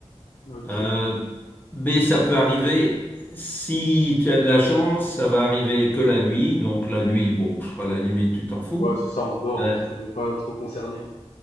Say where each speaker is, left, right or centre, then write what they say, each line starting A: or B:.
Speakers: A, on the left; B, on the left.
A: Mm. Ok.
B: Euh, mais ça peut arriver, si tu as de la chance, ça va arriver que la nuit. Donc la nuit, bon, pff, à la limite, tu t'en fous.
A: Ouais, c'est ça, on dort,
B: Euh,
A: donc on n'est pas trop concerné.